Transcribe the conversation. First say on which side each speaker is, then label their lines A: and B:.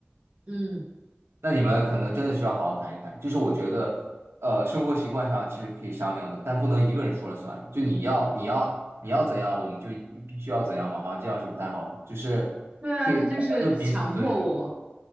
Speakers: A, on the right (about 30°); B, on the right (about 80°).
A: 嗯，
B: 那你们可能真的需要好好谈一谈。就是我觉得，呃，生活习惯上其实可以商量的，但不能一个人说了算。就你要，你要，你要怎样，我们就必须要怎样嘛，好像这样是不太好的。就是可以，
A: 对啊，他就是强迫我。
B: 大家就彼此尊重。